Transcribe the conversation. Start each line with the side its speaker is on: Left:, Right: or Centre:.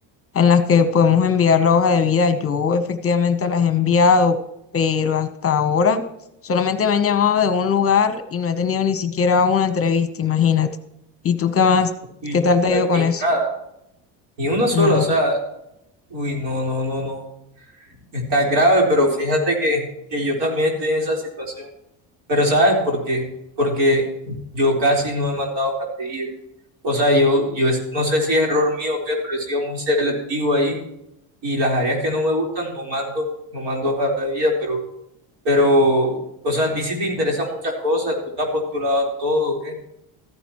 Left: en las que podemos enviar la hoja de vida, yo efectivamente las he enviado, pero hasta ahora solamente me han llamado de un lugar y no he tenido ni siquiera una entrevista, imagínate. ¿Y tú qué más?
Right: Uy,
Left: ¿Qué tal
Right: Geraldine,
Left: te ha ido con eso?
Right: nada. Ni una sola,
Left: No,
Right: o sea, uy, no, no, no, no. Está grave, pero fíjate que, que yo también estoy en esa situación. Pero ¿sabes por qué? Porque yo casi no he mandado hojas de vida. O sea, yo, yo es- no sé si es error mío o qué, pero he sido muy selectivo ahí. Y las áreas que no me gustan no mando, no mando hojas de vida, pero, pero, o sea, a ti sí te interesan muchas cosas, tú te has postulado a todo, ¿o ¿qué?